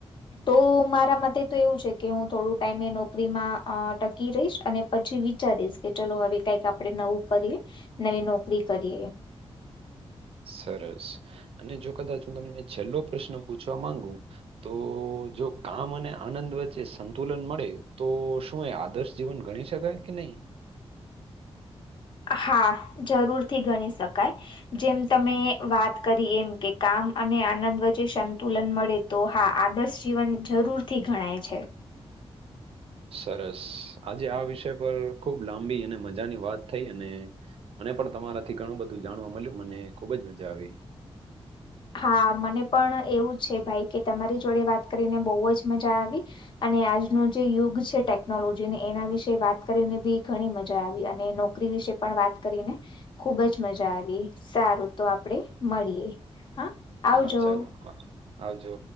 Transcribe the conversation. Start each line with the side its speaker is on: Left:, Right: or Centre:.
Left: તો મારા મતે તો એવું છે કે હું થોડું ટાઈમે એ નોકરીમાં અ ટકી રહીશ અને પછી વિચારીશ કે ચલો હવે કઈક આપણે નવું કરીએ, નવી નોકરી કરીએ.
Right: સરસ, અને જો કદાચ હું તમને છેલ્લો પ્રશ્ન પૂછવા માંગુ. તો જો કામ અને આનંદ વચ્ચે સંતુલન મળે તો શું એ આદર્શ જીવન ગણી શકાય કે નહી?
Left: હા જરૂરથી ગણી શકાય. જેમ તમે વાત કરી એમ કે કામ અને આનંદ વચ્ચે સંતુલન મળે તો હા આદર્શ જીવન જરૂરથી ગણાય છે.
Right: સરસ આજે આ વિષય પર ખુબ લાંબી અને મજાની વાત થઈ અને મને પણ તમારાથી ઘણું બધું જાણવા મળ્યું મને ખુબ જ મજા આવી.
Left: હા મને પણ એવું જ છે ભાઈ કે તમારી જોડે વાત કરીને બહુ જ મજા આવી. અને આજનો જે યુગ છે ટેકનોલોજી ને એના વિશે વાત કરીને બી ઘણી મજા આવી અને કરી વિશે પણ વાત કરીને, ખુબ જ મજા આવી સારું તો આપણેે મળીએ. હા. આવજો
Right: હા ચાલો હા, આવજો.